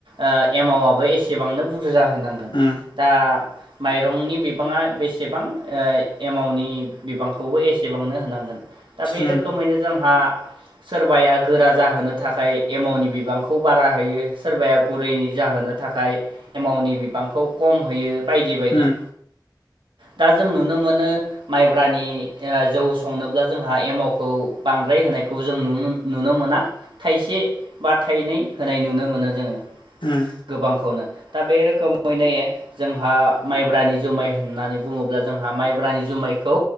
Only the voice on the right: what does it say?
ओ एमावआबो एसेबांनो बुरजा होनांगोन
दा। माइरंनि बिबाङा बेसेबां ओ एमावनि बिबांखौबो एसेबांनो होनांगोन। दा बे
रोखोमैनो जोंहा। सोरबाया गोरा जाहोनो थाखाय एमावनि बिबांखौ बारा होयो सोरबाया गुरै जाहोनो थाखाय एमावनि बिबांखौ खम होयो बायदि बायदि।
दा जों नुनो मोनो। माइब्रानि ओ जौ संनोब्ला जोंहा एमावखौ बांद्राय होनायखौ जों नुनो मोना। थाइसे बा थाइनै होनाय नुनो मोनो जोङो।
गोबांखौनो दा बे रोखोमै नायो जोंहा। माइब्रानि जुमाय होननानै बुङोब्ला जोंहा माइब्रानि जुमायखौ